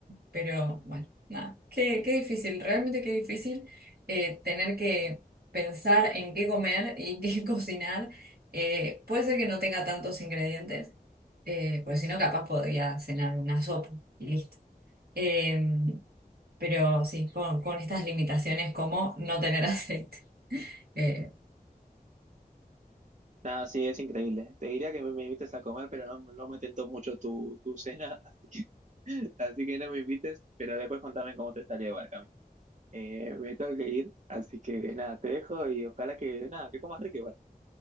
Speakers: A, on the right (about 75°); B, on the right (about 50°).
A: pero bueno, nada, qué, qué difícil, realmente qué difícil eh, tener que pensar en qué comer y <laughs> qué cocinar. Eh, puede ser que no tenga tantos ingredientes, eh, porque si no, capaz podría cenar una sopa y listo. Em, pero sí, con, con estas limitaciones como no tener <laughs> aceite. Eh,
B: Nada, sí, es increíble. Te diría que me, me invites a comer, pero no, no me tentó mucho tu, tu cena, <laughs> así que, así que no me invites, pero después contame cómo te salió igual, Cami. Eh, me tengo que ir, así que nada, te dejo y ojalá que, nada, que comas rico igual.